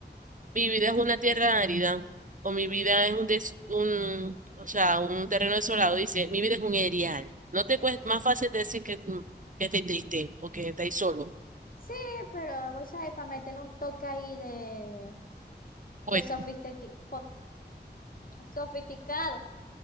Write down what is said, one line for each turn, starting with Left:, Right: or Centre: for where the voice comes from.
Right: mi vida es una tierra árida, o mi vida es un, des- un, o sea, un terreno desolado, dice, mi vida es un erial. No te
Left: Eh,
Right: cuesta más fácil decir que, mm, que estáis triste o que estáis solo.
Left: Sí, pero, o sea, para meterle un toque ahí de,
Right: Pues,
Left: de sofisticado. sofisticado.